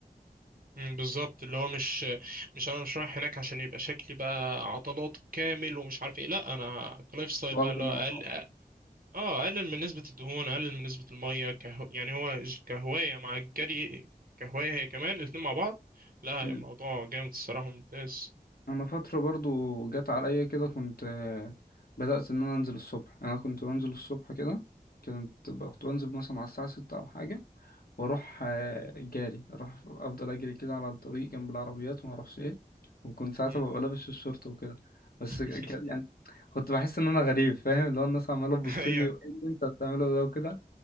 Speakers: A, on the right; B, on the left.
A: مم، بالظبط اللي هو مش مش انا مش رايح هناك عشان يبقى شكلي بقى عضلات كامل ومش عارف ايه لا انا كلايف ستايل
B: واخد
A: بقى اللي
B: الموضوع
A: هو اقل اه آه، اقلل من نسبة الدهون اقلل من نسبة المية كهو يعني هو ج- كهواية مع الجري كهواية هي كمان الاتنين مع بعض لا
B: مم.
A: الموضوع جامد الصراحة ممتاز
B: انا فترة برضو جت عليا كده كنت آه، بدأت ان انا انزل الصبح انا كنت بنزل الصبح كده كنت كنت بنزل مثلا على الساعة ستة او حاجة واروح آه، جاري اروح افضل اجري كده على الطريق جنب العربيات وما اعرفش ايه وكنت ساعتها
A: مم.
B: ببقى لابس الشورت وكده بس
A: <laughs>
B: ك- يعني كنت بحس ان انا غريب فاهم اللي هو الناس عماله تبص
A: <laughs> ايوه
B: لي وايه اللي انت بتعمله ده وكده